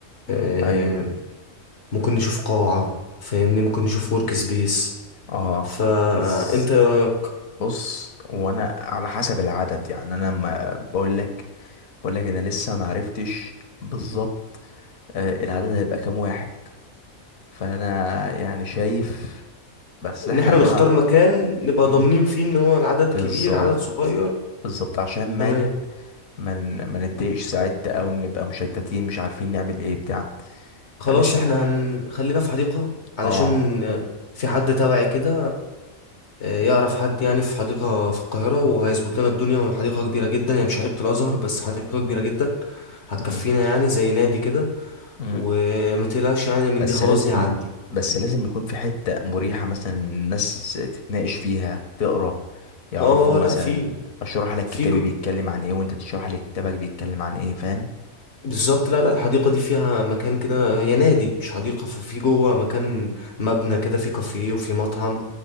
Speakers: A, on the left (about 55°); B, on the left (about 80°).
A: آه،
B: ايوه
A: ممكن نشوف قاعة فاهمني ممكن نشوف ورك سبيس
B: اه
A: فانت
B: بس
A: ايه رايك
B: بص وانا على حسب العدد يعني انا ما بقول لك بقول لك انا لسه ما عرفتش بالظبط آه، العدد هيبقى كام واحد فانا يعني شايف بس احنا
A: ان احنا
B: قدام
A: نختار
B: عن-
A: مكان نبقى
B: أمم.
A: ضامنين فيه ان هو العدد
B: بالظبط
A: كبير عدد صغير
B: بالظبط عشان مان
A: تمام
B: ما ن- ما نتضايقش ساعات او نبقى مشتتين مش عارفين نعمل ايه بتاع
A: خلاص
B: فانا شايف
A: احنا هنخلينا في حديقة علشان
B: اه
A: آه، في حد تبعي كده آه، يعرف حد يعني في حديقة في القاهرة وهيظبط لنا الدنيا وهي حديقة كبيرة جدا يعني مش حديقة الأزهر بس حديقة كبيرة جدا هتكفينا
B: مم.
A: يعني زي نادي كده
B: مم.
A: وما تقلقش يعني من
B: بس
A: دي خلاص
B: لازم
A: دي عندي
B: بس لازم يكون في حتة مريحة مثلا الناس تتناقش فيها تقرا يعرفوا
A: اه
B: مثلا
A: لا في
B: اشرح لك
A: في
B: كتابي بيتكلم عن ايه وانت تشرح لي كتابك بيتكلم عن ايه فاهم
A: بالظبط لا لا الحديقة دي فيها مكان كده هي نادي مش حديقة ففي جوه مكان مبنى كده فيه كافيه وفيه مطعم